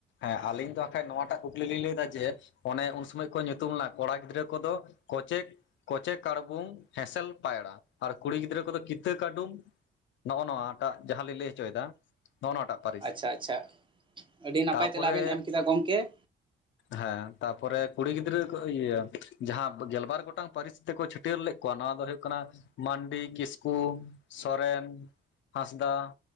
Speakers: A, on the left (about 70°); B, on the right (about 25°).
A: ᱮ ᱟᱹᱞᱤᱧ ᱫᱚ ᱵᱟᱠᱷᱟᱡ ᱱᱚᱣᱟᱴᱟᱜ ᱠᱩᱠᱞᱤ ᱞᱤᱧ ᱞᱟᱹᱭᱫᱟ ᱡᱮ ᱚᱱᱮ ᱩᱱ ᱥᱚᱢᱚᱭ ᱠᱚ ᱧᱩᱛᱩᱢᱱᱟ ᱠᱚᱲᱟ ᱜᱤᱫᱽᱨᱟᱹ ᱠᱚᱫᱚ ᱠᱚᱪᱮᱠ ᱠᱚᱪᱮ ᱠᱟᱲ ᱵᱩᱝ ᱮᱥᱮᱞ ᱯᱟᱭᱨᱟ ᱟᱨ ᱠᱩᱲᱤ ᱜᱤᱫᱽᱨᱟᱹ ᱠᱚᱫᱚ ᱠᱤᱛᱟᱹ ᱠᱟᱰᱩᱢ ᱱᱚᱜ-ᱚ ᱱᱚᱣᱟᱴᱟᱜ ᱡᱟᱦᱟᱸᱞᱤᱧ ᱞᱟᱹᱭ ᱦᱚᱪᱚᱭᱮᱫᱟ ᱱᱚᱜ-ᱚ ᱱᱚᱣᱟᱴᱟᱜ ᱯᱟᱹᱨᱤᱥ
B: ᱟᱪᱪᱷᱟ ᱟᱪᱪᱷᱟ ᱟᱹᱰᱤ ᱱᱟᱯᱟᱭ
A: ᱛᱟᱯᱚ
B: ᱛᱮᱞᱟ
A: ᱨᱮ
B: ᱵᱮᱱ ᱮᱢ ᱠᱮᱫᱟ ᱜᱚᱢᱠᱮ
A: ᱦᱮᱸ ᱯᱟ ᱛᱟᱯᱚᱨᱮ ᱠᱩᱲᱤ ᱜᱤᱫᱽᱨᱟᱹ ᱤᱭᱟᱹ ᱡᱟᱦᱟᱸ ᱯ ᱯᱚᱨᱮ ᱠᱩᱲᱤ ᱜᱤᱫᱽᱨᱟᱹ ᱠᱚ ᱡᱟᱸᱦᱟ ᱜᱮᱞᱵᱟᱨ ᱜᱚᱴᱟᱝ ᱯᱟᱹᱨᱤᱥ ᱛᱮᱠᱚ ᱪᱷᱟᱹᱴᱭᱟᱹᱨ ᱞᱮᱫ ᱠᱳᱣᱟ ᱱᱚᱣᱟ ᱫᱚ ᱦᱩᱭᱩᱜ ᱠᱟᱱᱟ ᱢᱟᱱᱰᱤ ᱠᱤᱥᱠᱩ ᱥᱚᱨᱮᱱ ᱦᱟᱸᱥᱫᱟ